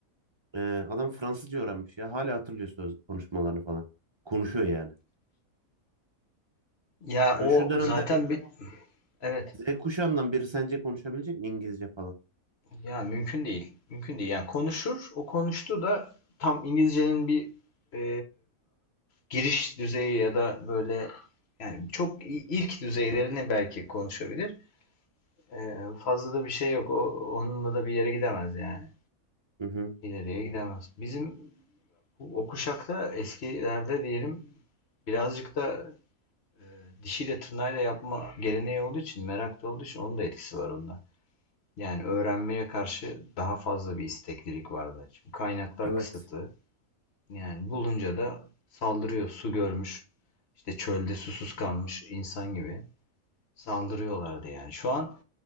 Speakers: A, on the right; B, on the left.
A: Ee, adam Fransızca öğrenmiş ya. Hala hatırlıyor söz konuşmalarını falan. Konuşuyor yani.
B: Ya
A: Hani
B: o
A: şu dönemde
B: zaten bir evet.
A: Z kuşağından biri sence konuşabilecek mi İngilizce falan?
B: Ya mümkün değil. Mümkün değil. Yani konuşur. O konuştu da tam İngilizcenin bir e, giriş düzeyi ya da böyle yani çok i- ilk düzeylerini belki konuşabilir. E, fazla da bir şey yok. O, onunla da bir yere gidemez yani.
A: Hı hı.
B: İleriye gidemez. Bizim bu- o kuşakta eskilerde diyelim birazcık da dişiyle tırnağıyla yapma geleneği olduğu için, merak da olduğu için onun da etkisi var onda. Yani öğrenmeye karşı daha fazla bir isteklilik vardı. Çünkü kaynaklar
A: Evet.
B: kısıtlı. Yani bulunca da saldırıyor. Su görmüş, işte çölde susuz kalmış insan gibi saldırıyorlardı yani. Şu an